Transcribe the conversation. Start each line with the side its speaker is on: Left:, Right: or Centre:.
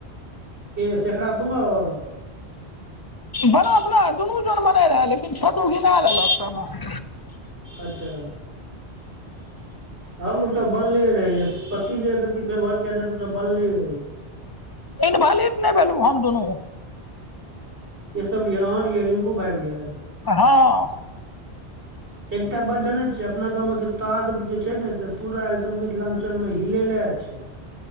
Right: के शेखरा तुमौल।
Left: बनोत नै दुनू जोन में नै रहे, लेकिन छोटु घिना लेलक।
Right: अच्छा हमू सब बनले रहैय पति जे एक रति। पे भर के देतौ सब बनले रहे।
Left: इनभैलिड नहि भेलु हम दुनू।
Right: के सब रेहै, अहाँ रेहयै रिंकू भाय रेहयै।
Left: हाॅ।
Right: एकटा बात जानै छियै, अपना गामके तास बुझे छै ने से पूरा एकदम मिथिलांचल में हिलेलैय छैय। ऐऽक